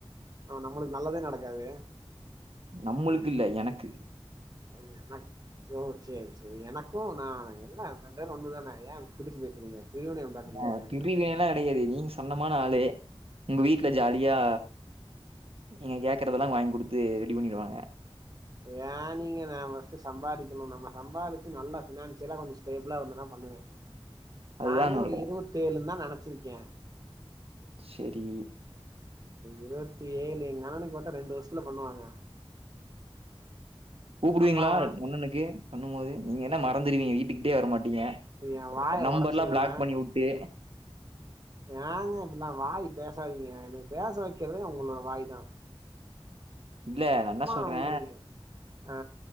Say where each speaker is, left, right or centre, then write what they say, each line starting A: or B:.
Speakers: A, on the right; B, on the right.
A: ஆ நம்மளுக் நல்லதே நடக்காது
B: நம்மளுக்கில்ல எனக்கு
A: அது எனக் ஓ சேரி சேரி எனக்கு நா எல்லா ரெண்டு பேர் ஒன்னுதான ஏ பிடிச்சி பேசுறீங்க பிரிவினைய உண்டாக்குறீங்க
B: ஏ பிரிவே <unintelligible> அடிக்கடி நீங்க சன்னமான ஆளு உங்க வீட்ல ஜாலியா நீங்க கேக்கறதெல்லா வாய்ங் குடுத்து ரெடி பண்ணிருவாங்க
A: ஏ நீங்க நா ஃபஸ் டு சம்பாதிக்கணு நம்ம சம்பாதிச்சி நல்லா ஃபினான்சியலா கொஞ்ச ஸ்டேபிளா இருந்தனா பண்ணுவே
B: அதுதான்
A: நானே
B: சொல்றேன்
A: ஒரு இருவத்தேழுன்தா நெனச்சிர்க்கே
B: செரி
A: இருவத்தேழு எங் அண்ணனுக்கு பாத்தா ரெண்டு வருஷத்ல பண்ணுவாங்க
B: கூப்புடுவீங்ளா
A: அப்பா அவ
B: ஒண்ணனுக்கு பண்ணுமோது நீங்க என்ன மறந்துருவீங்க வீட்டுக்கிட்டயே வர மாட்டீங்க
A: இது எ வாய
B: நம்பர்ல்லா
A: ஒடச்சிருவ
B: பிளாக் பண்ணி வுட்டு
A: ஏங்க இப்புட்லா வாய் பேசாதீங்க எனைய பேச வெக்கிறதே ஒங்களோட வாய்தா
B: இல்ல நா என்ன சொல்றே
A: நோன்றீங்க ஆ